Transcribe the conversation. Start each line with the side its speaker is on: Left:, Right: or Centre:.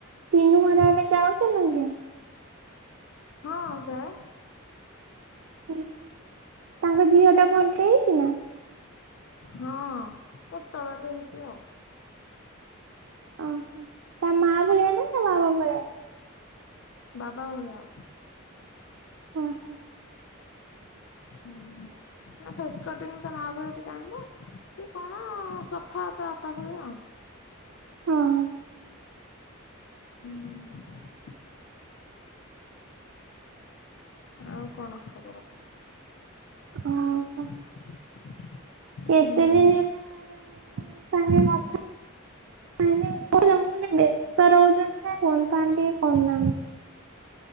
Right: ସିନୁ ଘରଆଡେ ଯାଉଛନି।
Left: ହଁ ଯାଏ।
Right: ତାଙ୍କ ଝିଅ ଟା ଭଲରେ ହେଇଛି ନା?
Left: ହଁ ପତଳାଟେ ହେଇଛି ଆଉ।
Right: ଓହୋ, ତା ମା ଭଳିଆ ନା ତା ବାବା ଭଳିଆ।
Left: ବାବା ଭଳିଆ ହବ।
Right: ହୁଁ, ହୁଁ।
Left: ହୁଁ। ତା ଫେସ୍ କଟିଂ ତା ମା ଭଳିଆ ଟିକେ ଆଣିବ କି କଣ ସଫା ତ ବାପା ଭଳିଆ ଆଉ।
Right: ହଁ।
Left: ହୁଁ। ଆଉ କଣ ଖବର?
Right: ହଁ।
Left: <unintelligible>
Right: କେତେ
Left: ଉଁ
Right: ଦିନ
Left: ହୁଁ
Right: ହେଲା ତା ଭଉଣୀ ସାଙ୍ଗେ କଥା ନାଇଁ କି କହୁଛ ମୁଁ କହିଲି ବ୍ୟସ୍ତ ରହୁଛନ୍ତି ନା କଣ ଫୋନ୍ ଫାନ୍ ଟିକେ କରୁ ନାହାଁନ୍ତି।